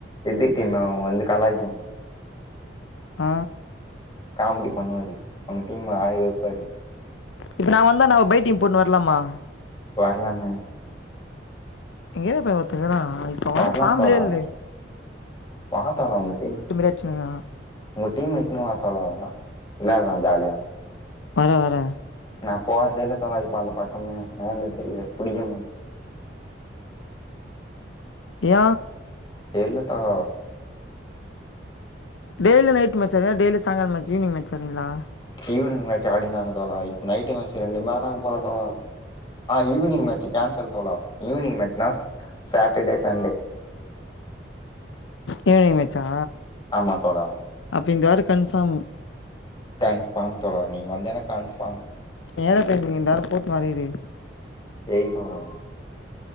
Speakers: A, on the left; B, on the left.
A: எதிர் டீம் அவுங்க வந்து கலாய்க்கு
B: ஆ
A: காமெடி பண்ணுவாரு அவுங்க டீம்ம அழ வெப்பாரு
B: இப்ப நா வந்த நா பைட்டி போட்னு வர்லாமா
A: வர்லாமே
B: எங்கது இப்ப ஒருத்தக்குறா அவ இப்ப வந்து
A: வரலாம்
B: ஃபார்ம்லயே
A: தோழா
B: இல்லே
A: வா தோழா உங்க டீம்
B: அடிச்சுனுக்கிறா
A: உங்க டீம்ம இட்டுன்னு வா தோழா வா வெளாட்லா ஜாலியா
B: வர வர
A: நா போர்றதே இல்ல தோழா இப்ப அந்த பக்கம ஏன்னு தெர்ல புடிக்கமாட்
B: ஏ
A: தெரில தோழா
B: டெய்லி நைட் மேட்ச் வெளாட் டெய்லி சாயங்காளோ ஈவ்னிங் மேட்ச் வெளாட்றீங்ளா
A: ஈவினிங் மேட்ச் ஆடினு இருந்தாங்க தோழா இப்ப நைட் மேட்ச் ரெண்டுமே ஆட்டாங்க போல தோழா நா ஈவினிங் மேட்ச் ச்சு கேன்சல் தோழா ஈவினங் மேச்சினா சாட்டர்டே சண்டே
B: ஈவினிங் மேச்சா
A: ஆமா தோழா
B: அப்ப இந்த வாரோ கன்ஃபார்மு
A: கன்ஃபார்ம் தோழா நீ வந்தனா கன்ஃபார்ம்
B: <unintelligible> இந்த வாரோ போட் மாறிடு
A: செரிங் தோழா